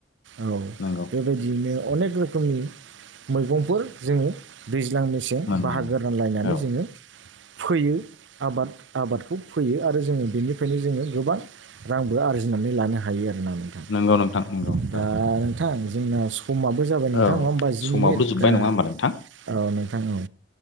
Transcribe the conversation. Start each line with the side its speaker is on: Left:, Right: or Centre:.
Right: औ
Left: नंगौ
Right: बेबायदियैनो अनेक रोखोमनि मैगंफोर जोङो दैज्लां मेसें
Left: मोननो
Right: बाहागो
Left: हायो
Right: रानलायनानै
Left: औ
Right: जोङो फोयो आबाद आबादखौ फोयो आरो जोङो बेनिफ्रायनो जोङो गोबां रांबो आरजिनानै लानो हायो आरोना नोंथां
Left: नंगौ नोंथां नंगौ
Right: दा
Left: औ
Right: नोंथां जोंना सम समाबो जाबाय नोंथां
Left: औ
Right: नङा होमबा जि
Left: समाबो
Right: मिनिट
Left: जोब्बाय
Right: दा
Left: नङा होमबा नोंथां
Right: औ नोंथां औ